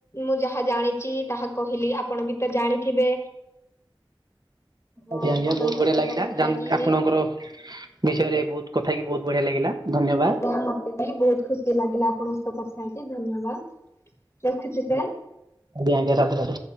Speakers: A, on the left; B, on the right.
A: ମୁଁ ଯାହା ଜାଣିଛି ତାହା କହିଲି। ଆପଣ ବି ତ ଜାଣିଥିବେ। ହଁ
B: ଆଜ୍ଞା ଆଜ୍ଞା
A: ଆପଣଙ୍କ
B: ବହୁତ ବଢ଼ିଆ
A: ସହିତ
B: ଲାଗିଲା
A: କଥା ହେଇକି
B: ଆପଣଙ୍କର ବିଷୟରେ ବହୁତ କଥା କିି ବହୁତ ବଢ଼ିଆ ଲାଗିଲା। ଧନ୍ୟବାଦ
A: ଆଜ୍ଞା ମତେ ବି ବହୁତ ଖୁସି ଲାଗିଲା ଆପଣଙ୍କ ସହ କଥା ହେଇକି ଧନ୍ୟବାଦ। ରଖୁଛି ସାର୍।
B: ଆଜ୍ଞା ଆଜ୍ଞା ରାଧେ ରାଧେ।